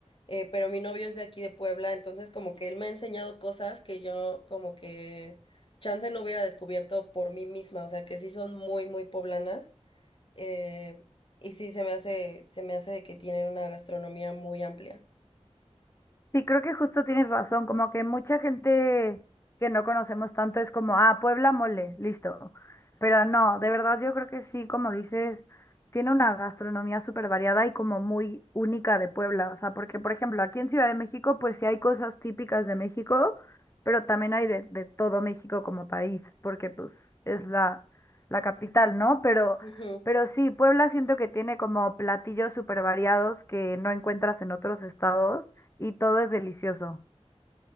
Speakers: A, on the left (about 50°); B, on the left (about 25°).
A: Eh, pero mi novio es de aquí de Puebla, entonces como que él me ha enseñado cosas que yo como que chance no hubiera descubierto por mí misma, o sea que sí son muy, muy poblanas. eh, y sí se me hace, se me hace de que tienen una gastronomía muy amplia.
B: Sí, creo que justo tienes razón, como que mucha gente que no conocemos tanto es como, ah, Puebla mole, listo. Pero no, de verdad yo creo que sí, como dices, tiene una gastronomía súper variada y como muy única de Puebla. O sea, porque por ejemplo, aquí en Ciudad de México, pues sí hay cosas típicas de México, pero también hay de, de todo México como país, porque pues es la, la capital, ¿no? Pero,
A: Ujú.
B: pero sí, Puebla siento que tiene como platillos súper variados que no encuentras en otros estados y todo es delicioso.